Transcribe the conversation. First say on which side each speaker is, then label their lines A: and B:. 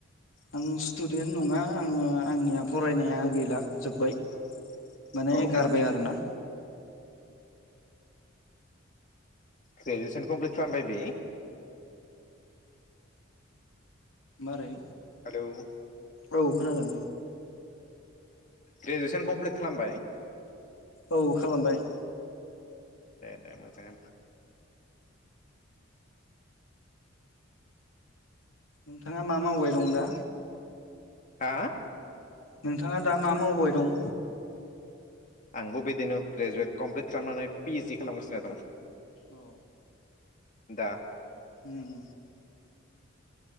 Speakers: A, on the left; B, on the left.
A: आं स्टुडेन्ट नङा आङो आंनिया फरायनाया गैला जोब्बाय। माने
B: औ
A: गारबाय आरोना।
B: ग्रेजुएसन कमप्लिट खालामबाय बे।
A: मारै
B: हेलौ
A: औ खोनादों
B: ग्रेजुवेसन कमप्लिट खालामबाय?
A: औ खालामबाय।
B: दे दे मोजांनो दे।
A: नोंथाङा मा मावबाय दं दा?
B: हो
A: नोंथाङा दा मा मावबाय दं?
B: आंबो बिदिनो ग्रेजुवेट कमप्लिट खालामनानै पि इज डि खालामगासिनो दं।
A: औ।
B: दा
A: उम।